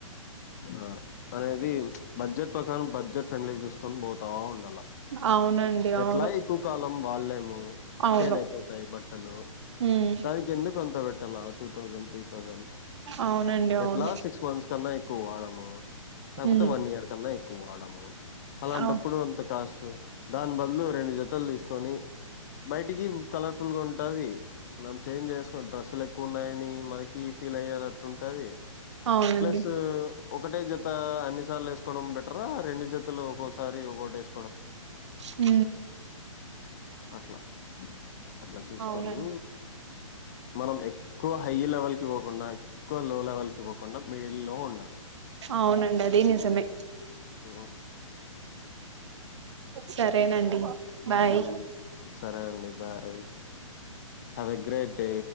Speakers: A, on the left; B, on the right.
A: ఆ అనేది బడ్జెట్ ప్రకారం బడ్జెట్ అండ్లి చూసుకని పోతా ఉండాల
B: అవునండి
A: ఎట్లా
B: అవును
A: ఎక్కువ కాలం వాళ్ళెము
B: అవును
A: షేడ్ అయిపోతాయి బట్టలు
B: ఉమ్
A: దానికి ఎందుకు ఎందుకంత బెట్టాల టూ తౌసండ్ త్రీ తౌ థౌసాండ్
B: అవునండి
A: ఎట్లా
B: అవును
A: లాస్ట్ సిక్స్ మంత్స్ కన్నా ఎక్కువ వాడము తగ్గుతే
B: ఉమ్
A: వన్ ఇయర్ కన్న ఎక్కువాడము అలాంటప్పుడు
B: అవు
A: అంత కాస్ట్ దాని బదులు రెండు జతలు తీసుకొని బయటికి కలర్ఫుల్ గా ఉంటది మనం చేంజ్ చేసుకుని డ్రెస్సులు ఎక్కువ ఉన్నాయని మనకి ఫీల్ అయ్యే అట్లుంటది
B: అవునండి
A: ప్లస్ ఒకటే జత అన్నిసార్లు వేసుకోవడం బెటరా రెండు జతలు ఒక్కోసారి ఒకటి వేసుకో
B: ఊ
A: అట్లా అట్లా చూసుకొని
B: అవునండి
A: మనం ఎక్కువ హై లెవెల్కి పోకుండా ఎక్కువ లో లెవెల్కి పోకు కకుండా మిడిల్ లో ఉండాల
B: అవునండి అది నిజమే
A: ఆ
B: సరేనండి బాయ్
A: ఊ సరే అండి బాయ్ హవే గ్రేట్ డే